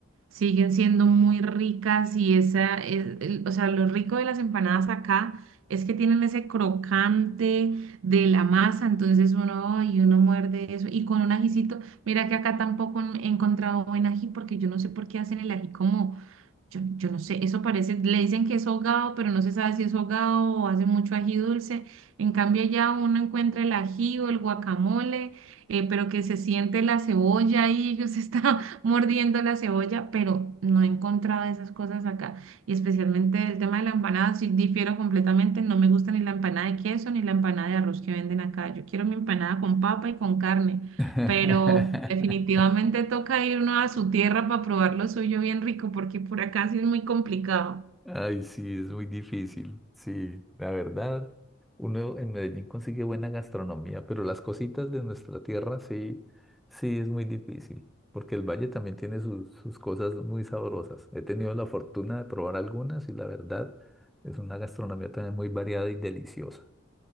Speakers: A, on the right (about 75°); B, in the centre.
A: siguen siendo muy ricas y esa es, el- o sea, lo rico de las empanadas acá es que tienen ese crocante de la masa, entonces uno, y uno muerde eso y con un ajicito, mira que acá tampoco he encontrado buen ají porque yo no sé por qué hacen el ají como yo, yo no sé, eso parece, le dicen que es hogado, pero no se sabe si es hogado o hace mucho ají dulce. En cambio, ya uno encuentra el ají o el guacamole, eh, pero que se siente la cebolla y ellos están <laughs> mordiendo la cebolla, pero no he encontrado esas cosas acá. Y especialmente el tema de la empanada, sí difiero completamente, no me gusta ni la empanada de queso ni la empanada de arroz que venden acá. Yo quiero mi empanada con papa y con carne
B: <laughs>
A: pero definitivamente toca ir uno a su tierra para probar lo suyo bien rico, porque por acá sí es muy complicado.
B: Ay, sí, es muy difícil. Sí, la verdad, uno en Medellín consigue buena gastronomía, pero las cositas de nuestra tierra sí, sí es muy difícil, porque el valle también tiene sus, sus cosas muy sabrosas. He tenido la fortuna de probar algunas y la verdad es una gastronomía también muy variada y deliciosa.